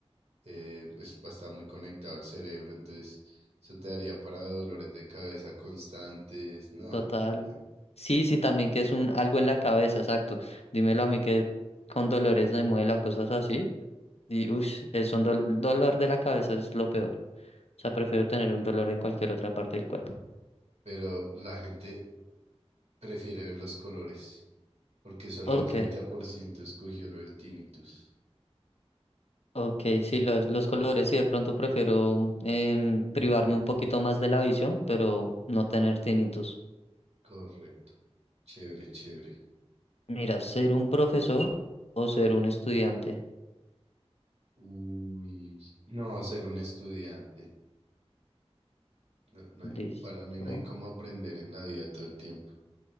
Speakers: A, on the right; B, on the left.
A: eh, pues pa- está muy conectado al cerebro, entonces eso te daría para dolores de cabeza constantes, no,
B: Total.
A: muy bien.
B: Sí, sí, también que es un algo en la cabeza, exacto. Dímelo a mí que con dolores de muela, cosas así. Y uff, es un dol- dolor de la cabeza es lo peor. O sea, prefiero tener un dolor en cualquier otra parte del cuerpo.
A: Pero la gente prefiere ver los colores. porque solo
B: Ok,
A: el 30% escogió lo del tinnitus.
B: ok, sí, los, los colores sí, de pronto prefiero em, privarme un poquito más de la visión, pero no tener tinnitus.
A: Correcto. Chévere, chévere.
B: Mira, ser un profesor o ser un estudiante.
A: Uy, no, ser un estudiante. No, no
B: Listo.
A: hay- para mí no hay cómo aprender en la vida todo el tiempo.